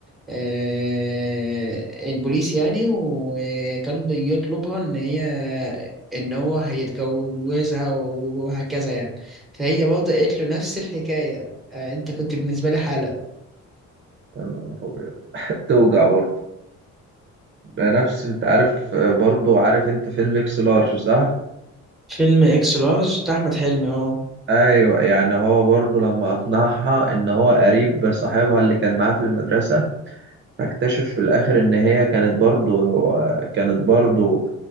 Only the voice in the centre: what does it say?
آه، البوليس يعني وكان بيطلبها ان هي ان هو هيتجوزها وهكذا يعني فهي برضه قالت له نفس الحكايه آه، انت كنت بالنسبه لي حاله
فيلم اكس لارج بتاع احمد حلمي اه